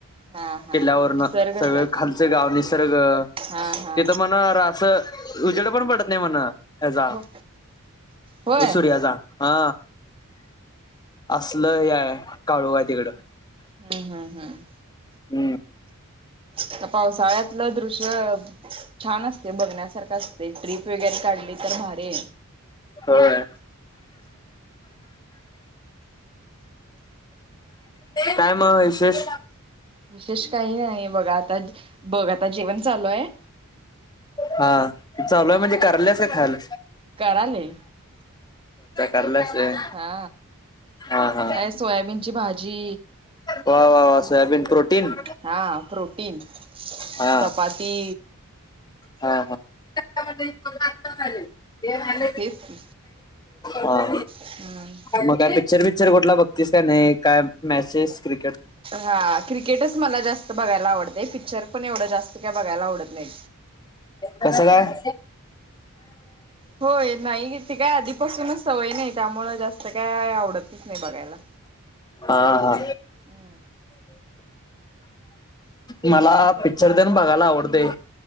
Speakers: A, on the right; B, on the left.
A: हा हा
B: किल्ल्यावरन
A: निसर्गच
B: सगळ
A: आहे
B: खालच गाव निसर्ग
A: हा हा
B: तिथ म्हणा रास उजेड पण पडत नाय म्हण ह्याजा
A: हो होय
B: अ सूर्याचा हा असलं हे हाय काळोख हाय तिकडं
A: हम्म हम्म हम्म
B: हम्म
A: आता पावसाळ्यातलं दृश्य छान असते बघण्यासारखा असते ट्रिप वगैरे काढली तर भारी ये
B: होय. काय म विशेष?
A: विशेष काही नाही बघा आता बघ आता जेवण चालू ये
B: हा चालू हाय म्हणजे करायल्यास खाल
A: कराले.
B: कारल्यास होय.
A: हा
B: हा हा.
A: अय सोयाबीनची भाजी
B: वा वा वा सोयाबीन प्रोटीन?
A: हा प्रोटीन चपाती
B: हा. हा हा. <unintelligible> <unintelligible> हा
A: हेच की
B: हा.
A: हम्म
B: मग काय पिक्चर विक्चर कुठला बघतीस का नाही काय मेसेज क्री
A: हा क्रिकेटच मला जास्त बघायला आवडते पिक्चर पण एवढं जास्त काय बघायला आवडत नाही.
B: कसं काय?
A: होय नाही येते काय आधीपासूनच सवय नाही त्यामुळं जास्त काय आवडतच नाही बघायला.
B: हा हा.
A: हम्म
B: मला पिच्चर तेन बघायला आवडतेय.